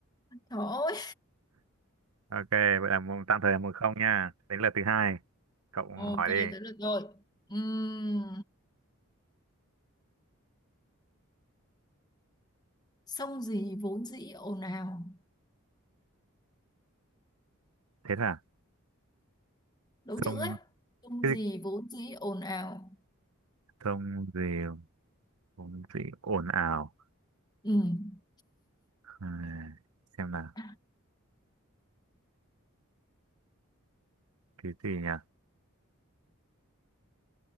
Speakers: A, on the left (about 20°); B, on the right (about 80°).
A: trời ơi
B: Ok, vậy là một, tạm thời là một không nha. Đến lượt thứ hai, cậu
A: Ok,
B: hỏi
A: tới
B: đi.
A: được rồi. Ừm, sông gì vốn dĩ ồn ào.
B: Thế là
A: Đố
B: sông
A: chữ ấy. Sông
B: cái
A: gì
B: gì-
A: vốn dĩ ồn ào.
B: sông gì sông gì ồn ào.
A: Ừm.
B: À, xem nào,
A: À,
B: cái gì nhỉ?